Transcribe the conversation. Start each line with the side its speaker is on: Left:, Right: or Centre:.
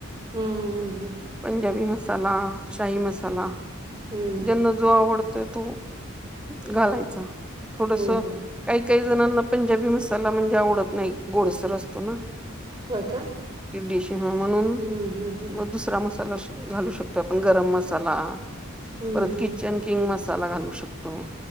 Right: हम्म
Centre: पंजाबी मसाा शाही मसाला
Right: हम्म
Centre: ज्यांना जो आवडतो तो घालायचा. थोडस
Right: हम्म.
Centre: काही काही जणांना पंजाबी मसाला म्हणजे आवडत नाही गोडसर असतो ना.
Right: होय का?
Centre: ती डिश म्हणून
Right: हम्म हम्म हम्म
Centre: म दुसरा मसाला घालू शकतो आपण गरम मसाला
Right: हम्म
Centre: परत
Right: हम्म
Centre: किचन किंग मसाला घालू शकतोय.